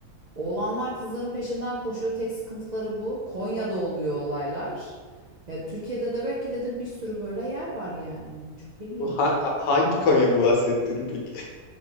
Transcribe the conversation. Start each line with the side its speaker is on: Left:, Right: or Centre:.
Right: oğlanlar kızların peşinden koşuyor. Tek sıkıntıları bu. Konya'da oluyor olaylar. Ya Türkiye'de de belki dedim bir sürü böyle yer var yani. Çok ilginç.
Left: Bu ha- hangi Konya bu bahsettiğin peki?